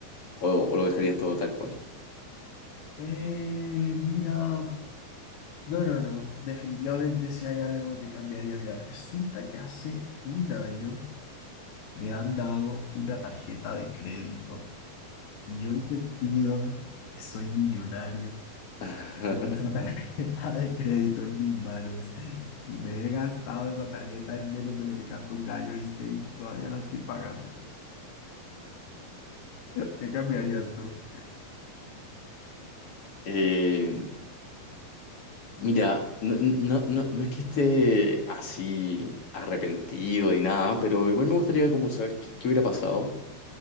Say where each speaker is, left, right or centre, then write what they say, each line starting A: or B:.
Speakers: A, on the left (about 50°); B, on the left (about 80°).
A: o- o lo dejarías todo tal cual?
B: Eh, mira, no, no, no. Definitivamente si hay algo que cambiaría. Mira, resulta que hace un año me han dado una tarjeta de crédito. Y yo he sentido que soy millonario
A: <laughs>
B: con esa <laughs> tarjeta de crédito en mis manos. Y me he gastado esa tarjeta en menos de lo que canta un gallo, ¿viste? Y todavía la estoy pagando. ¿Qué cambiarías tú?
A: Eh, mira, no, no, no, no es que esté así arrepentido ni nada, pero igual me gustaría como saber qué, qué hubiera pasado.